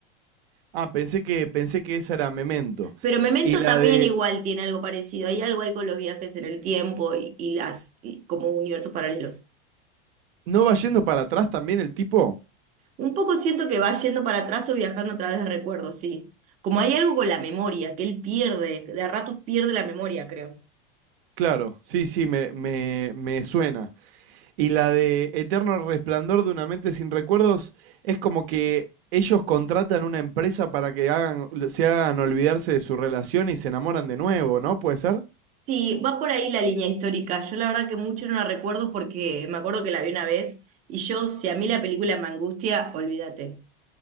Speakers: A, on the right; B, on the right.
A: Ah, pensé que, pensé que esa era Memento.
B: Pero Memento
A: Y la
B: también
A: de.
B: igual tiene algo parecido. Hay algo ahí con los viajes en el tiempo y, y las y como universos paralelos.
A: ¿No va yendo para atrás también el tipo?
B: Un poco siento que va yendo para atrás o viajando a través de recuerdos, sí. Como hay algo con la memoria, que él pierde, de a ratos pierde la memoria, creo.
A: Claro, sí, sí, me, me, me suena. Y la de Eterno Resplandor de una mente sin recuerdos es como que ellos contratan una empresa para que hagan, se hagan olvidarse de su relación y se enamoran de nuevo, ¿no? ¿Puede ser?
B: Sí, va por ahí la línea histórica. Yo la verdad que mucho no la recuerdo porque me acuerdo que la vi una vez y yo, si a mí la película me angustia, olvídate,